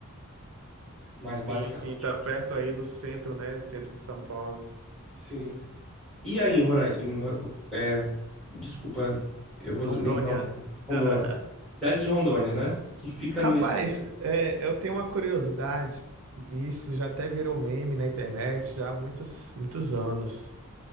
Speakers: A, in the centre; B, on the right.
A: mas basicamente.
B: Sim, sim, tá perto aí do centro, né? Centro de São Paulo.
A: Sim. E aí, em Roraima? Em, Ro- é, desculpa, eu vou lembrar
B: Rondônia.
A: o nome. Rondônia.
B: <laughs>
A: Cidade de Rondônia, né? Que fica
B: Rapaz,
A: no. est-
B: é, eu tenho uma curiosidade, e isso já até virou meme na internet já há muitos, muitos anos.